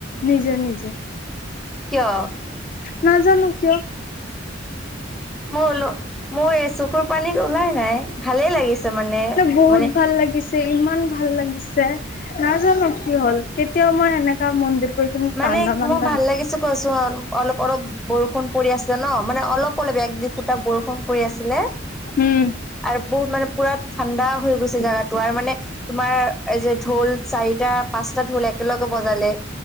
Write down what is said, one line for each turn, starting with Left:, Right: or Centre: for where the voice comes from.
Left: নিজে নিজে
Centre: কিয়
Left: নাজানো কিয়
Centre: মোৰ ওল মোৰ এই চকুৰ পানী ওলাই নাই ভালেই লাগিছে মানে
Left: বহুত
Centre: মানে
Left: ভাল লাগিছে ইমান ভাল লাগিছে নাজানো কি হল কেতিয়াও মই এনেকা মন্দিৰ গৈ কিনে
Centre: মানে
Left: কান্দা মান্দা
Centre: মোৰ ভাল
Left: নাই
Centre: লাগিছে কোৱাচোন অলপ অলপ বৰষুণ পৰি আছে ন মানে অলপ অলপ একদিন যেতিয়া বৰষুণ পৰি আছিলে
Left: উম
Centre: আৰু বহুত মানে পুৰা ঠাণ্ডা হৈ গৈছিল জেগাতো আৰু মানে তোমাৰ এই যে ঢোল চাৰিটা পাঁচটা ঢোল একেলগে বজালে